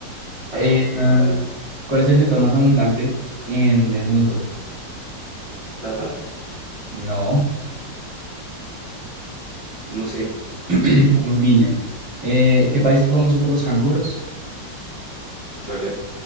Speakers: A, on the right (about 15°); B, on the right (about 50°).
A: Eh,
B: Ah, bueno, dale.
A: ¿cuál es el metal más abundante en el mundo?
B: ¿Plata?
A: No,
B: No sé. Siguiente.
A: <laughs> aluminio. Eh,
B: Mm,
A: ¿qué país es famoso por los canguros?
B: Australia.